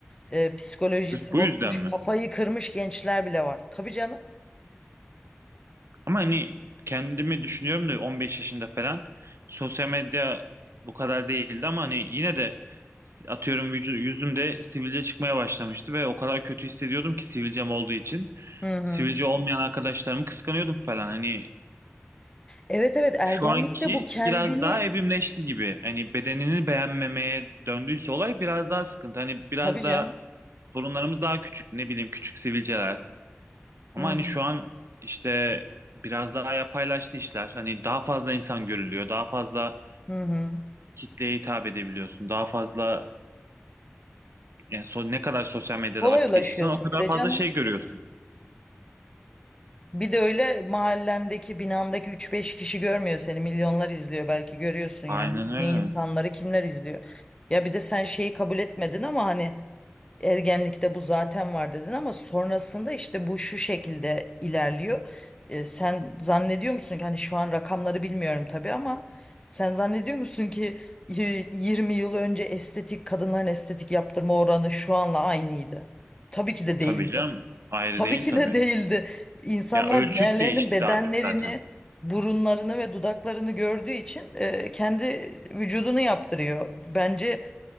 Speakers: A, on the left; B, on the right.
A: e, psikolojisi
B: Sırf bu
A: bozulmuş
B: yüzden mi?
A: kafayı kırmış gençler bile var. Tabii canım.
B: Ama hani kendimi düşünüyorum da 15 yaşında falan sosyal medya bu kadar değildi ama hani yine de s- atıyorum vücu- yüzümde sivilce çıkmaya başlamıştı ve o kadar kötü hissediyordum ki sivilcem olduğu için.
A: Hı hı.
B: Sivilce olmayan arkadaşlarımı kıskanıyordum falan. Hani
A: Evet evet ergenlikte
B: şu anki
A: bu kendini
B: biraz daha evrimleşti gibi. Hani bedenini beğenmemeye döndüyse olay biraz daha sıkıntı. Hani biraz
A: tabii canım.
B: daha sorunlarımız daha küçük. Ne bileyim küçük sivilceler, ama
A: Hı
B: hani
A: hı.
B: şu an işte biraz daha yapaylaştı işler. Hani daha fazla insan görülüyor. Daha fazla
A: Hı hı.
B: kitleye hitap edebiliyorsun. Daha fazla yani so- ne kadar sosyal medyada
A: Kolay
B: vakit
A: ulaşıyorsun
B: geçirsen o kadar
A: bir de
B: fazla
A: canım.
B: şey görüyorsun.
A: Bir de öyle mahallendeki binandaki üç beş kişi görmüyor seni. Milyonlar izliyor belki görüyorsun yani.
B: Aynen öyle.
A: Ne insanları kimler izliyor. Ya bir de sen şeyi kabul etmedin ama hani ergenlikte bu zaten var dedin ama sonrasında işte bu şu şekilde ilerliyor. E, sen zannediyor musun ki hani şu an rakamları bilmiyorum tabii ama sen zannediyor musun ki e, 20 yıl önce estetik kadınların estetik yaptırma oranı şu anla aynıydı? Tabii ki de değildi.
B: Tabii canım. Ayrı
A: Tabii
B: değil
A: ki
B: tabii.
A: de değildi. İnsanlar
B: Ya ölçüt
A: diğerlerinin
B: değişti
A: bedenlerini,
B: artık zaten.
A: burunlarını ve dudaklarını gördüğü için e, kendi vücudunu yaptırıyor. Bence